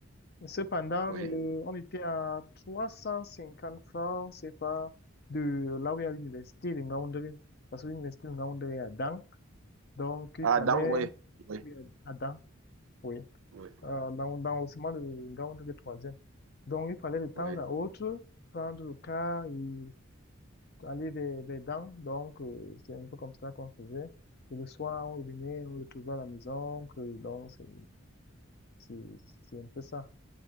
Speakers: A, on the left; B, on the right.
A: Cependant,
B: oui.
A: euh, on était à 350 francs, c'est pas de là où il y a l'université de Ngaoundéré. Parce que l'université de Ngaoundéré est à Dan. Donc, il
B: Ah,
A: fallait,
B: dans, oui, oui,
A: oui, à Dan, oui,
B: oui,
A: euh, dans, dans le ciment de Ngaoundéré troisième Donc, il fallait de temps
B: oui.
A: à autre prendre le car et aller vers, vers Dan. Donc, euh, c'est un peu comme ça qu'on faisait. Et le soir, on revenait, on retrouvait à la maison. que- donc, c'est, c'est, c'est un peu ça.